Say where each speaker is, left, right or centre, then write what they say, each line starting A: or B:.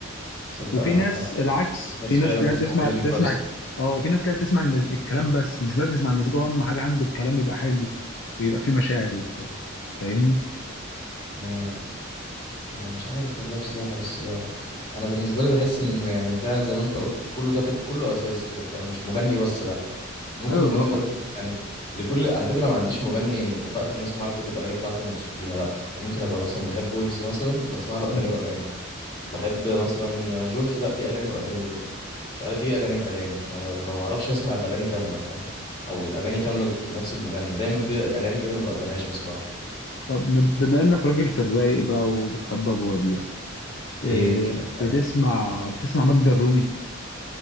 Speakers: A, on the left; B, on the left.
A: صدق
B: وفي
A: معاك
B: ناس
A: حق
B: العكس
A: بس
B: في ناس
A: فعلا
B: تلاقيها
A: بتسمع
B: تسمع
A: ميوزك
B: تسمع
A: بس
B: اه وفي ناس تلاقيها تسمع المز... الكلام بس مش مركز مع المزيكا هو اهم حاجه عنده الكلام يبقى حلو ويبقى فيه مشاعر وبتاع فاهمني؟
A: امم يعني مش عارف والله بصراحة بس بقى. أنا بالنسبة لي بحس إن يعني فعلا زي ما أنت قلت كله داخل كله أساس كده فاهم مش مغني بس لأ ممكن
B: ايوه
A: مغني
B: طبعا
A: أنا بحب يعني لكل على فكرة ما عنديش مغني اتفقت إن أسمع له كل الأغاني بتاعته ومبسوط بيها لأ يعني ممكن أبقى مثلا بحب ويجز مثلا بسمع له
B: مم.
A: أغاني وأغاني بحب مثلا جورج لأ في أغاني وأغاني برضه مش عارف إيه أغاني الأغاني ما ب- ما بعرفش أسمع الأغاني كاملة فاهم أو أغاني كاملة لنفس المغني دايما في أغاني كده أنا ما بقبلهاش بصراحة
B: طب م- بما انك راجل في الرايق بقى وبتحب ابو وديع إيه
A: إيه الكلام
B: بتسمع بتسمع ماجدة الرومي